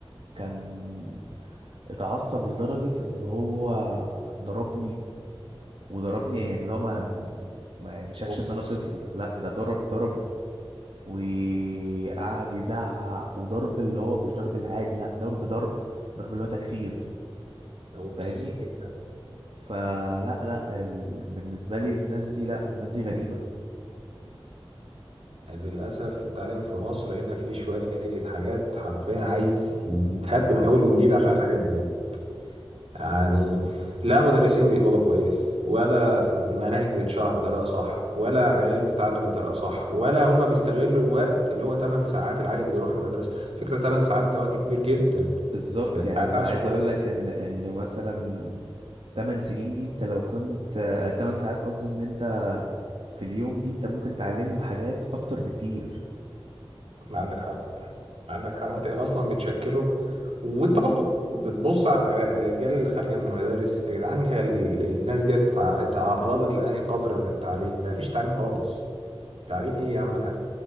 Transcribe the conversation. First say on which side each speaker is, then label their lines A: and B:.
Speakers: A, on the right; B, on the right.
A: كان اتعصب لدرجة ان هو ضربني وضربني يعني لو ما ما ما شافش
B: اوبس
A: ان انا طفل لا ده ضرب ضرب وقعد يزعق وضرب اللي هو مش ضرب العادي لا ضرب ضرب ضرب اللي هو تكسير
B: اوبس
A: فاهمني
B: ايه ده
A: فلا لا ال... بالنسبة لي الناس دي لا الناس دي غريبة
B: للاسف التعليم في مصر هنا فيه شويه حاجات حرفيا عايز يتهد من اول وجديد عشان الحاجات دي يعني لا مدرسين بيقبضوا كويس ولا مناهج بتتشرح بطريقة صح ولا عيال بتتعلم بطريقة صح ولا هما بيستغلوا الوقت اللي هو 8 ساعات العيل بيروح المدرسة فكرة 8 ساعات ده وقت كبير جدا
A: بالظبط
B: في
A: يعني
B: حياة
A: انا
B: عيل
A: عايز
B: صغير
A: اقول لك ان ان مثلا 8 سنين دي انت لو كنت آه، 8 ساعات قصدي ان انت في اليوم دي انت ممكن تعلمهم حاجات اكتر بكتير
B: ما عندك حق ما عندك حق وانت اصلا بتشكله وانت برضو بتبص على الاجيال اللي خارجه من المدارس يا جدعان هي ال- الناس دي اتع- اتعرضت لانهي قدر من التعليم ده مفيش تعليم خالص تعليم ايه يا عم الحاج